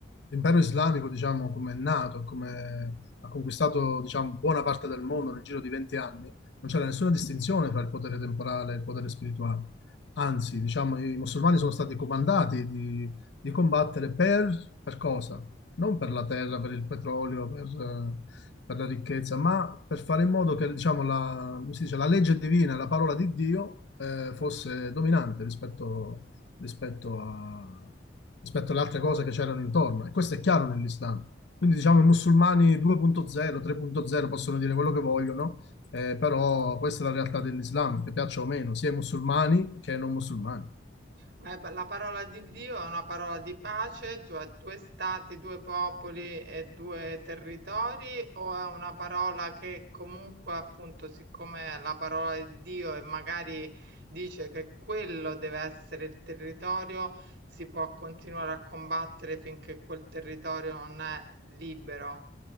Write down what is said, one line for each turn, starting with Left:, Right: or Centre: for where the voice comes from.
Left: l'impero islamico, diciamo, come è nato, come ha conquistato, diciamo, buona parte del mondo nel giro di 20 anni, non c'era nessuna distinzione tra il potere temporale e il potere spirituale. Anzi, diciamo, i musulmani sono stati comandati di, di combattere per, per cosa? Non per la terra, per il petrolio, per, eh, per la ricchezza, ma per fare in modo che, diciamo, la, come si dice, la legge divina, la parola di Dio, eh, fosse dominante rispetto, rispetto a- rispetto alle altre cose che c'erano intorno. E questo è chiaro nell'Islam. Quindi, diciamo, i musulmani 2.0, 3.0 possono dire quello che vogliono, eh, però questa è la realtà dell'Islam, che piaccia o meno, sia ai musulmani che ai non musulmani.
Right: Ma è- la parola di Dio è una parola di pace, cioè due stati, due popoli e due territori, o è una parola che comunque, appunto, siccome è la parola di Dio e magari dice che quello deve essere il territorio, si può continuare a combattere finché quel territorio non è libero?